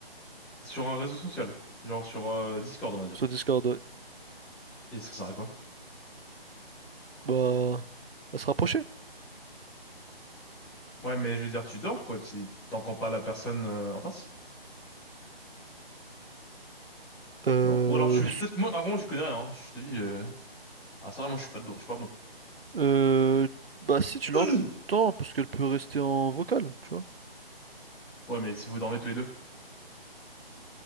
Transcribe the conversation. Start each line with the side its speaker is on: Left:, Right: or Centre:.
Centre: Sur un réseau social. Genre sur euh, Discord, on va dire.
Right: sur Discord, ouais.
Centre: Et ça sert à quoi?
Right: Bah, à se rapprocher.
Centre: Ouais, mais je veux dire, tu dors, quoi, si t'entends pas la personne euh, en face.
Right: Euh,
Centre: Non? Ou alors, je suis... Peut-être que moi, avant, je connais rien. hein. Je te dis... euh, Ah, ça, va, moi, je suis pas dedans. Je suis pas bon.
Right: Euh, bah si tu l'entends,
Centre: <clears throat>
Right: parce qu'elle peut rester en vocal, tu vois.
Centre: Ouais, mais si vous dormez tous les deux.